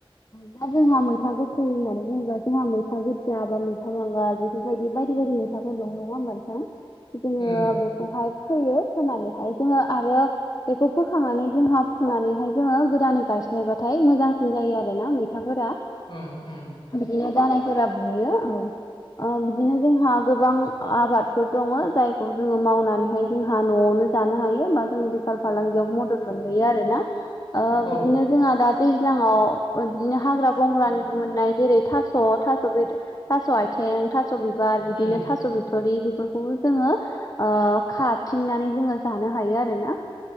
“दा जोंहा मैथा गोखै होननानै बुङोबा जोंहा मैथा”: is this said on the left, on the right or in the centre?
Left